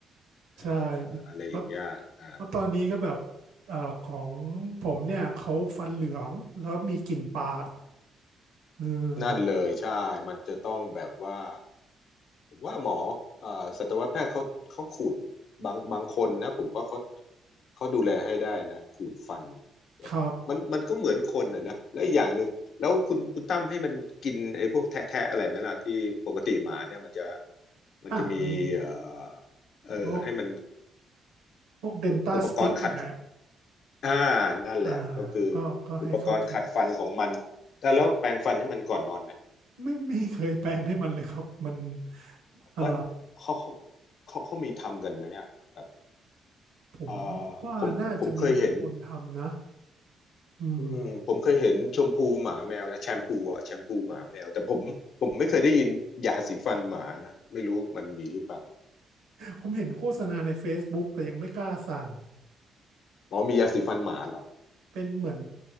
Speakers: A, on the left; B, on the right.
A: อ่า
B: ใช่
A: อะไรอย่างเงี้ยอ่า
B: เพราะเพราะตอนนี้ก็แบบอ่าของผมเนี่ยเขาฟันเหลืองแล้วมีกลิ่นปากเออ
A: นั่นเลยใช่มันจะต้องแบบว่าผมว่าหมอเอ่อสัตวแพทย์เขาเขาขูดบางบางคนนะผมว่าเขาเขาดูแลให้ได้นะขูดฟันเนี่ยแบบมันมันก็เหมือนคนอ่ะนะแล้วอีกอย่างหนึ่งแล้วคุณคุณตั้มให้มันกินไอ้พวกแทะแทะอะไรไหมล่ะที่ปกติหมาเนี่ยมันจะ
B: ครับ
A: มันจะมีเอ่อ
B: อ่ามี
A: เออให้มัน
B: พวกพวกเดนต้าสติ๊กเนี่ย
A: อุปอุปกรณ์ขัดอ่านั่นแหละก็คือ
B: อ่าก็ก็ให้เขากิน
A: อุปกรณ์ขัดฟันของมันแล้วแล้วแปรงฟันให้มันก่อนนอนไหม
B: ไม่ไม่เคยแปลงให้มันเลยครับ มันเอ่อ
A: ไม่เขาเขาเขาเขามีทำกันไหมอ่ะแบบ
B: ผม
A: เออ
B: ว่าน่าจะมีบางคนทำนะ
A: ผมผมเคยเห็น
B: อืม
A: อืมผมเคยเห็นชมพูหมาแมวนะแชมพูอ่ะแชมพูหมาแมวแต่ผมผมไม่เคยได้ยินยาสีฟันหมานะไม่รู้มันมีหรือเปล่า
B: ผมเห็นโฆษณาใน Facebook แต่ยังไม่กล้าสั่ง
A: อ๋อมียาสีฟันหมาเหรอ
B: เป็นเหมือน